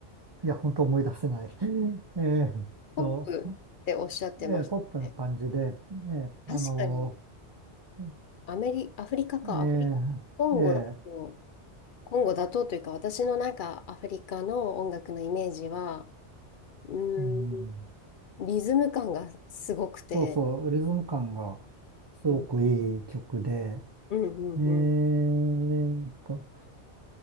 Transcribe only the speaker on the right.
いや、本当思い出せない。<laughs> えーと、
えーポップな感じで、えーあの
ー
え
ーえー
うん、
そうそう、リズム感がすごくいい曲で、
えーっと、